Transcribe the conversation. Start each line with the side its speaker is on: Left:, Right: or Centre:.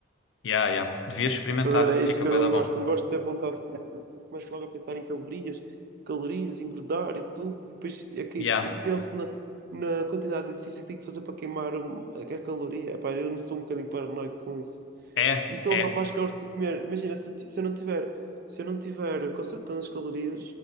Left: Yeah, yeah. Devias experimentar,
Right: Agora, é isto
Left: fica
Right: que eu não
Left: bué da
Right: gosto.
Left: bom.
Right: Não gosto de ter vontade de comer. porque Eu começo logo a pensar em calorias, calorias, engordar e tudo. E depois é que
Left: Yeah.
Right: te- penso na, na quantidade de exercício que tenho que fazer para queimar um- a caloria. Epá, eu não sou um bocadinho paranoico com isso.
Left: É,
Right: E sou
Left: é,
Right: um rapaz que gosta de comer. Imagina, se, eu ti- se eu não tiver, se eu não tiver consertando as calorias,